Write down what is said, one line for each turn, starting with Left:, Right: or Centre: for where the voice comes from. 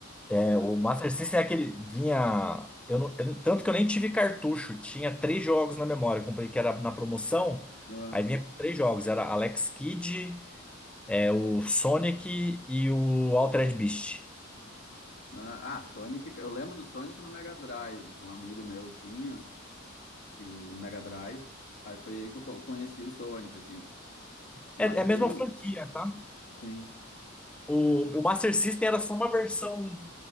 Centre: É,
Left: O
Centre: O
Left: Odyssey.
Centre: Master System é aquele. Vinha. Eu não, eu- tanto que eu nem tive cartucho. Tinha três jogos na memória. Eu comprei que era na promoção.
Left: Ah,
Centre: Aí vinha com três jogos. Era Alex Kidd, é, o Sonic e o Altered Beast.
Left: ah, ah, Sonic, eu lembro do Sonic no Mega Drive, que um amigo meu tinha, e um Mega Drive. Aí foi aí que eu co- conheci o Sonic, assim. Mas
Centre: É, é a mesma
Left: eu,
Centre: franquia, tá?
Left: sim,
Centre: O, o Master System era só uma versão